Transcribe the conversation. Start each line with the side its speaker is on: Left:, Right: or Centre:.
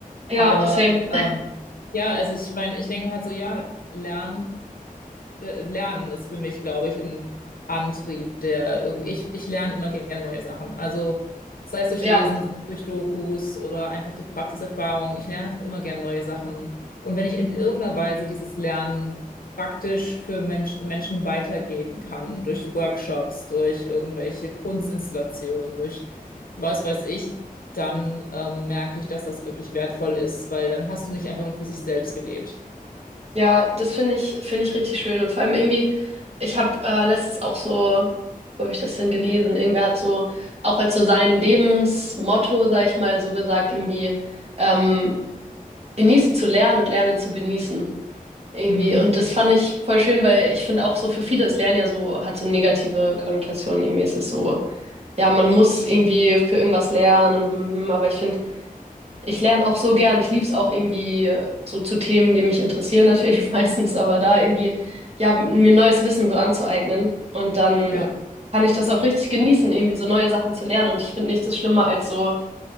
Right: ja,
Left: Aber
Right: same.
Left: ähm, ja, also ich meine, ich denke halt so, ja, lernen äh, Lernen ist für mich, glaube ich, ein Antrieb, der irgendwie, ich, ich lerne immer gerne neue Sachen. Also sei es durch
Right: Ja,
Left: Lesen, sei es durch Dokus oder einfach durch Praxiserfahrung. Ich lerne einfach immer gerne neue Sachen. Und wenn ich in irgendeiner Weise dieses Lernen praktisch für Menschen, Menschen weitergeben kann, durch Workshops, durch irgendwelche Kunstinstallationen, durch was weiß ich, dann ähm, merke ich, dass das wirklich wertvoll ist, weil dann hast du nicht einfach nur für sich selbst gelebt.
Right: ja, das finde ich, finde ich richtig schön. Und vor allem irgendwie, ich habe äh, letztens auch so, wo habe ich das denn gelesen? Irgendwer hat so, auch als so sein Lebensmotto, sag ich mal, so gesagt, irgendwie, ähm, genieße zu lernen und lerne zu genießen. Irgendwie.
Left: Mhm.
Right: Und das fand ich voll schön, weil ich finde auch so für viele ist Lernen ja so, hat so negative Konnotationen. Irgendwie ist es so, ja, man muss irgendwie für irgendwas lernen und, mhm, aber ich finde, Ich lerne auch so gern. Ich liebe es auch irgendwie äh, so zu Themen, die mich interessieren natürlich <laughs> meistens, aber da irgendwie, ja, mir neues Wissen so anzueignen. Und dann
Left: Ja.
Right: kann ich das auch richtig genießen, irgendwie so neue Sachen zu lernen. Und ich finde nichts ist schlimmer als so,